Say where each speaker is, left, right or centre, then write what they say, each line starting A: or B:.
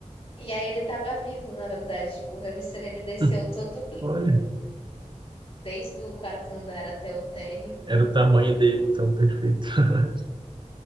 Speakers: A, on the left; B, on the right.
A: E aí ele tava vivo, na verdade, tipo, o hamster ele desceu
B: <laughs>
A: todo
B: Olha,
A: desde o quarto andar até o térreo.
B: era o tamanho dele, então, perfeito. <laughs>